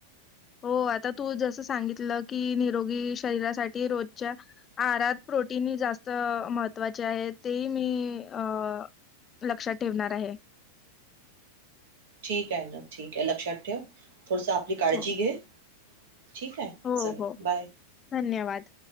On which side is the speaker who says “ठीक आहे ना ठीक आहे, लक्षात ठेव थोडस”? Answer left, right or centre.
Right